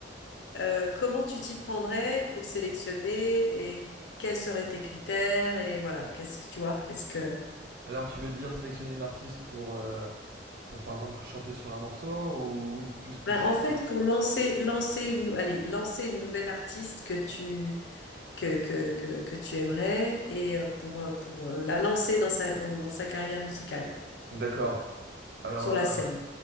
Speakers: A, on the left; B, on the right.
A: euh, comment tu t'y prendrais pour sélectionner et quels seraient tes critères et voilà, qu'est-ce que tu vois, qu'est-ce que...
B: Alors, tu veux dire sélectionner une artiste pour, euh, pour par exemple, chanter sur un morceau ou oui, plus
A: Ben,
B: une chante.
A: en fait, pour lancer, lancer une, nou- allez, lancer une nouvelle artiste que tu, que, que, que, que tu aimerais et euh, pour, euh, pour euh, la lancer dans sa, dans, dans sa carrière musicale,
B: D'accord. Alors,
A: sur
B: euh,
A: la scène.